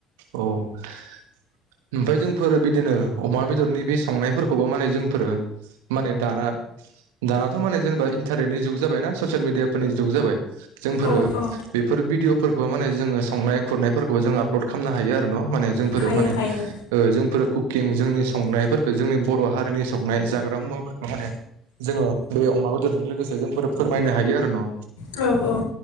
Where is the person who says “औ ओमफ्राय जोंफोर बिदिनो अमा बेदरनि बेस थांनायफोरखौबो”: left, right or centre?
Right